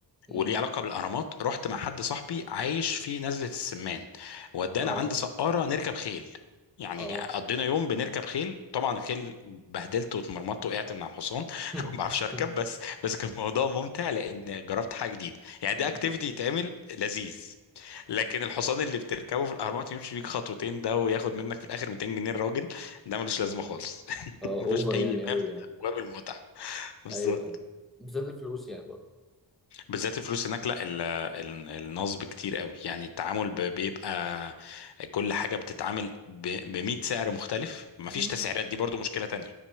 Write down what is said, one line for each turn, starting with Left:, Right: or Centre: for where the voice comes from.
Centre: امم
Left: وليه علاقه بالاهرامات رحت مع حد صاحبي عايش في نزله السمان ودانا
Centre: اه
Left: عند سقاره نركب خيل يعني
Centre: اه
Left: قضينا يوم بنركب خيل طبعا الخيل بهدلت واتمرمطت وقعت من على الحصان <laughs>
Centre: <laughs>
Left: ما بعرفش اركب
Centre: امم
Left: بس بس كان موضوع ممتع لان جربت حاجه جديده يعني
Centre: امم
Left: ده اكتيفيتي يتعمل لذيذ لكن الحصان اللي بتركبه في الاهرامات يمشي بيك خطوتين ده وياخد منك في الاخر 200 جنيه الراجل ده ملوش
Centre: امم
Left: لازمه خالص <laughs>
Centre: اه
Left: مفيش
Centre: اوفر
Left: اي
Centre: يعني
Left: باب
Centre: قوي
Left: من
Centre: يعني
Left: ابواب المتعه بالظبط
Centre: ايوه ايوه بالذات الفلوس يعني برضه
Left: بالذات الفلوس هناك لا ال- ال- النصب كتير قوي يعني التعامل ب- بيبقى كل حاجة بتتعامل ب 100 سعر مختلف مفيش
Centre: امم
Left: تسعيرات دي برضو مشكلة تانية